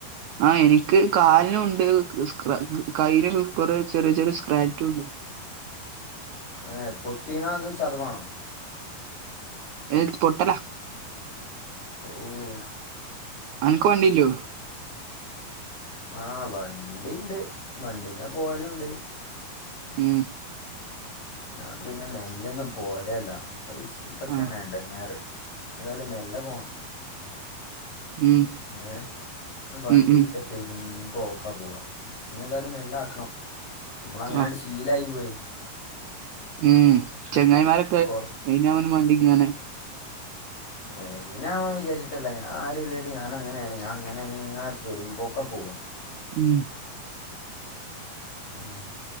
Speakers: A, on the right; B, on the left.
A: ആ എനിക്ക് കാലിനും ഉണ്ട് സ്‌ക്ര കൈന് കൊറെ ചെറിയ ചെറിയ സ്ക്രാറ്റും ഉണ്ട്
B: ഏ പൊട്ടീനോ അതോ ചതവാണോ?
A: എന് പൊട്ടല
B: ഓഫ്
A: അനക്ക് വണ്ടി ഇല്ലിയോ
B: ആഹ് വണ്ടിഇണ്ട് വണ്ടിമ്മേ പോവലുംഉണ്ട്
A: ഉം
B: ഞാൻ പിന്നെ മെല്ലൊഒന്നും പോവലെഇല്ല <unintelligible>
A: ആ
B: ഇടങ്ങേറ് ഏതായാലും മെല്ലെ പോണം
A: ഉം
B: ഏ വണ്ടി
A: ഉം ഉം
B: കിട്ടയ പെരും പോക്കാ പോവാ ഇനി എന്തായാലും മെല്ല ആക്കണം നമ്മള് അങ്ങനാണ്ട്
A: ആ
B: ശീലായി പോയി
A: ഉം ചെങ്ങായിമാരൊക്കെ
B: കുറ
A: കഴിഞ്ഞവനുംമേണ്ടി ങ്ങനെ
B: അയിനവൻ വിചരിച്ചിട്ടല്ല ഞാൻ ആരുല്ലല് ഞാൻ അങ്ങനെയാണ് ഞാൻ അങ്ങനെ അങ്ങനെ പെരുംമ്പോക്ക പോവുഅ
A: ഉം
B: ഉം